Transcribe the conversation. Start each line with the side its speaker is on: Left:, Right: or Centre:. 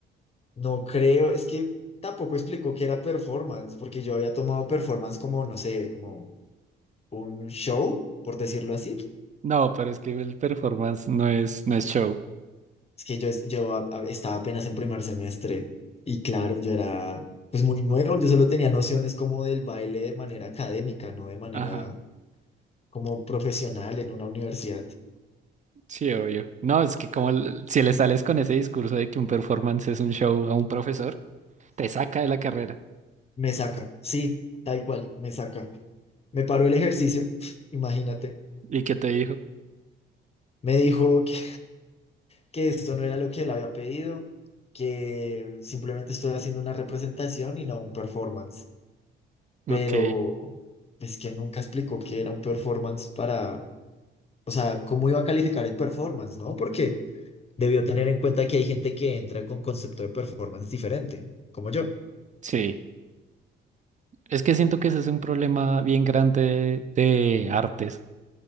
Left: No creo, es que tampoco explicó que era performance, porque yo había tomado performance como, no sé, como un show, por decirlo así.
Right: No, pero es que el performance no es, no es show.
Left: Es que yo, es- yo a- a- estaba apenas en primer semestre y claro, yo era pues muy nuevo, yo solo tenía nociones como del baile de manera académica, no de manera
Right: Ajá.
Left: como profesional en una universidad.
Right: Sí, obvio. No, es que como l- si le sales con ese discurso de que un performance es un show a un profesor, te saca de la carrera.
Left: Me saca, sí, tal cual, me saca. Me paró el ejercicio, <laughs> imagínate.
Right: ¿Y qué te dijo?
Left: Me dijo que, que esto no era lo que él había pedido, que simplemente estoy haciendo una representación y no un performance. Pero
Right: Ok,
Left: es que nunca explicó que era un performance para, o sea, cómo iba a calificar el performance, ¿no? Porque debió tener en cuenta que hay gente que entra con concepto de performance diferente, como yo.
Right: sí. Es que siento que ese es un problema bien grande de artes,